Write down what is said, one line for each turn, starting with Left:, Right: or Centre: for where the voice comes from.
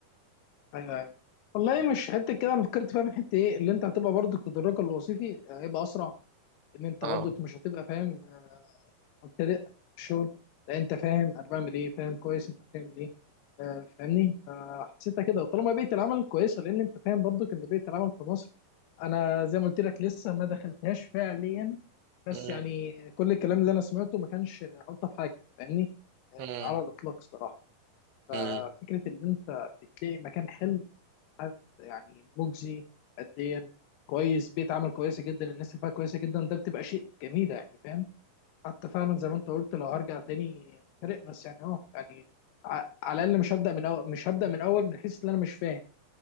Left: ايوه أيوة. والله مش حته كده انا فكرت فيها من حته ايه اللي انت هتبقى برضو تدرجك الوظيفي هيبقى اسرع ان انت
Right: اه
Left: برضك مش هتبقى فاهم آه، مبتدئ في الشغل لا انت فاهم انا بعمل ايه فاهم كويس انت بتعمل ايه آه، فاهمني فحسيتها كده طالما بيئه العمل كويسه لان انت فاهم برضك ان بيئه العمل في مصر انا زي ما قلت لك لسه ما دخلتهاش فعليا بس
Right: مم.
Left: يعني كل الكلام اللي انا سمعته ما كانش الطف حاجه فاهمني آه،
Right: مم.
Left: على الاطلاق الصراحه ففكره
Right: مم.
Left: ان انت بتلاقي مكان حلو حد يعني مجزي ماديا كويس بيئه عمل كويسه جدا الناس اللي فيها كويسه جدا ده بتبقى شيء جميل يعني فاهم حتى فعلا زي ما انت قلت لو هرجع تاني فرق بس يعني اه يعني ع- على الاقل مش هبدا من اول مش هبدا من اول من حيث ان انا مش فاهم